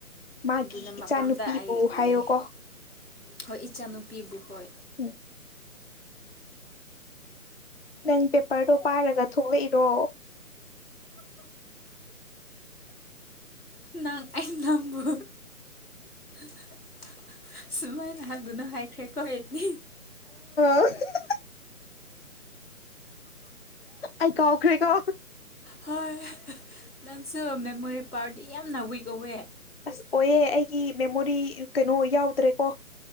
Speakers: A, on the left; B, on the left.
A: ꯃꯥꯒꯤ
B: ꯑꯗꯨꯅ ꯃꯄꯥꯝꯗ
A: ꯏꯆꯥꯅꯨꯄꯤꯕꯨ
B: ꯑꯩ ꯂꯥꯛꯑꯦ
A: ꯍꯥꯏꯌꯣꯀꯣ
B: ꯍꯣꯏ ꯏꯆꯥꯅꯨꯄꯤꯕꯨ ꯍꯣꯏ
A: ꯎꯝ <inaudible> ꯅꯪ ꯄꯦꯄꯔꯗꯣ ꯄꯥꯔꯒ ꯊꯣꯛꯂꯛꯏꯔꯣ
B: ꯅꯪ ꯑ ꯅꯕꯨ <inaudible> ꯁꯨꯃꯥꯏꯅ ꯍꯥꯏꯒꯨꯅ ꯍꯥꯏꯥꯏꯈ꯭ꯔꯦ ꯀꯣꯗꯤ
A: <unintelligible> <inaudible> ꯑꯀ ꯑꯣꯈ꯭ꯔꯦ ꯀꯣ
B: ꯍꯣꯏ ꯅꯪꯁꯨ ꯃꯦꯃꯣꯔꯤ ꯄꯥꯔꯗꯤ ꯌꯥꯝꯅ ꯋꯤꯛ ꯑꯣꯏꯧꯋꯦ
A: ꯑꯁ ꯑꯣꯏꯌꯦ ꯑꯩꯒꯤ ꯃꯦꯃꯣꯔꯤ ꯀꯩꯅꯣ ꯌꯥꯎꯗ꯭ꯔꯦꯀꯣ